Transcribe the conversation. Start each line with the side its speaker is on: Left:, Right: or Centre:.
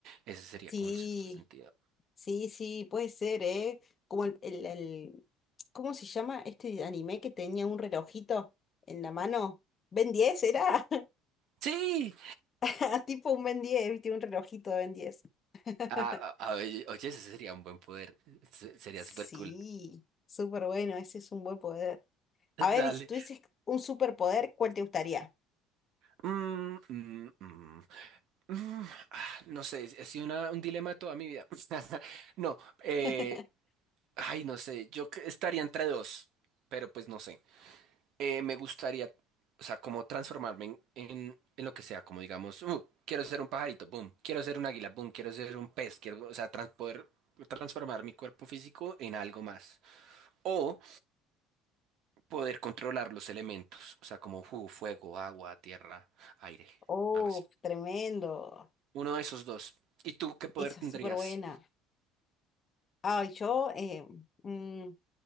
Right: ese sería
Left: Sí,
Right: como el sexto sentido.
Left: sí, sí, puede ser, ¿eh? Como el, el, el- ¿cómo se llama este anime que tenía un relojito en la mano? ¿Ben 10 era?
Right: Sí,
Left: <laughs> Tipo un Ben diez ¿viste? Un relojito de Ben diez <laughs>
Right: Ah, ah, ah, oye, oye, ese sería un buen poder. Se- sería
Left: Sí,
Right: súper cool.
Left: súper bueno, ese es un buen poder.
Right: <laughs>
Left: A ver,
Right: Dale.
Left: y si tuvieses un superpoder, ¿cuál te gustaría?
Right: Mm, mm, mm, mm. Ah, no sé, ha sido una- un dilema de toda mi vida. <laughs> No, eh,
Left: <laughs>
Right: ay, no sé, yo que- estaría entre dos, pero pues no sé. Eh, me gustaría, o sea, como transformarme en, en- en lo que sea, como digamos, uh, quiero ser un pajarito, boom, quiero ser un águila, boom, quiero ser un pez, quiero, o sea, trans- poder transformar mi cuerpo físico en algo más. O poder controlar los elementos, o sea, como fu- fuego, agua, tierra, aire,
Left: Oh,
Right: algo así.
Left: tremendo.
Right: Uno de esos dos. ¿Y tú qué poder
Left: Esa
Right: tendrías?
Left: es súper buena. Ay, yo, eh, mm,